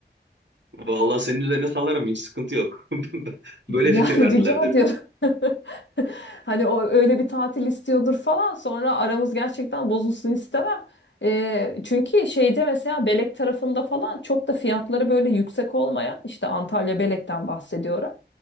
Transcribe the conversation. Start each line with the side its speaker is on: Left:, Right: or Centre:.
Right: Vallahi senin üzerine salarım hiç sıkıntı yok. <laughs> Böyle
Left: Yani
Right: fikir verdiler
Left: <laughs> rica
Right: derim.
Left: ediyorum. <laughs> Hani o öyle bir tatil istiyordur falan. Sonra aramız gerçekten bozulsun istemem. Ee, çünkü şeyde mesela Belek tarafında falan çok da fiyatları böyle yüksek olmayan işte Antalya Belek'ten bahsediyorum.